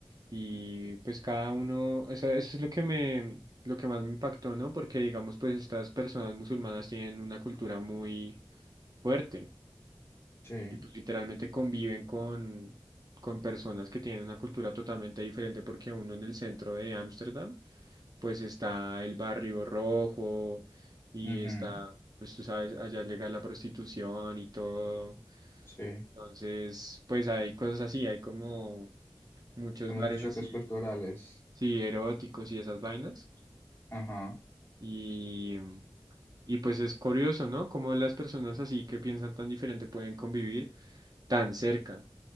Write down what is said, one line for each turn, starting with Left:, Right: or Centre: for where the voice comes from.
Right: y pues cada uno, eso, eso es lo que me, lo que más me impactó, ¿no? Porque digamos pues estas personas musulmanas tienen una cultura muy fuerte
Left: sí,
Right: y pues literalmente conviven con, con personas que tienen una cultura totalmente diferente porque uno en el centro de Ámsterdam pues está el Barrio Rojo y
Left: ujú,
Right: está, pues tú sabes, allá es legal la prostitución y todo.
Left: sí,
Right: Entonces, pues hay cosas así, hay como muchos
Left: como
Right: bares
Left: esos choques
Right: así,
Left: culturales,
Right: sí, eróticos y esas vainas.
Left: ajá,
Right: Y, y pues es curioso, ¿no? Cómo las personas así que piensan tan diferente pueden convivir tan cerca.